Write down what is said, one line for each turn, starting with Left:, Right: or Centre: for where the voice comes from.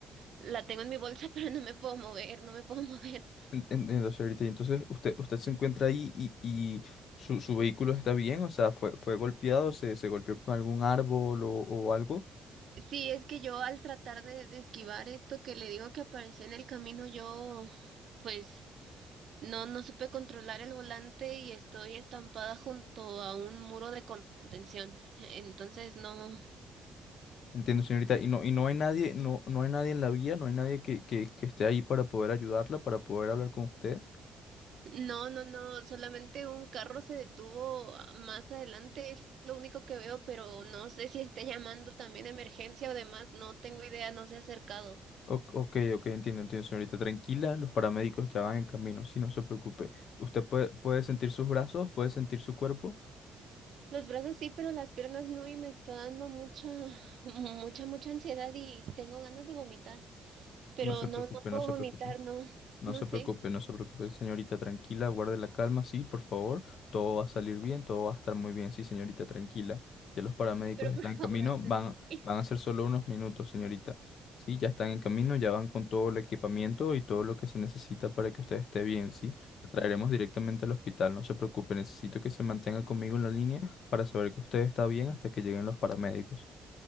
Right: la tengo en mi bolsa, <laughs> pero no me puedo mover, no me puedo mover.
Left: En- Entiendo, señorita. Y Entonces, usted, usted se encuentra ahí y, y su, su vehículo está bien, o sea, fue, fue golpeado, se, se golpeó con algún árbol o, o algo.
Right: Sí, es que yo al tratar de, de esquivar esto que le digo que apareció en el camino, yo pues No, no supe controlar el volante y estoy estampada junto a un muro de contención. Entonces, no,
Left: Entiendo, señorita. Y no, y no hay nadie, no, no hay nadie en la vía, no hay nadie que, que, que esté ahí para poder ayudarla, para poder hablar con usted.
Right: no, no, no, solamente un carro se detuvo más adelante, es lo único que veo, pero no sé si esté llamando también emergencia o demás, no tengo idea, no se ha acercado.
Left: O- ok, ok, entiendo, entiendo, señorita. Tranquila, los paramédicos ya van en camino, sí, no se preocupe. Usted puede, puede sentir sus brazos, puede sentir su cuerpo.
Right: Los brazos sí, pero las piernas no, y me está dando mucha, <laughs> mucha, mucha ansiedad y tengo ganas de vomitar, pero
Left: No se
Right: no,
Left: preocupe,
Right: no puedo
Left: no se
Right: vomitar,
Left: preocupe.
Right: no,
Left: No
Right: no
Left: se
Right: sé,
Left: preocupe, no se preocupe, señorita, tranquila, guarde la calma, sí, por favor. Todo va a salir bien, todo va a estar muy bien, sí, señorita, tranquila. Ya los paramédicos
Right: pero
Left: están
Right: por
Left: en
Right: favor
Left: camino,
Right: ayúdame.
Left: van,
Right: <laughs>
Left: van a ser solo unos minutos, señorita. Sí, ya están en camino, ya van con todo el equipamiento y todo lo que se necesita para que usted esté bien, sí. La traeremos directamente al hospital, no se preocupe, necesito que se mantenga conmigo en la línea para saber que usted está bien hasta que lleguen los paramédicos.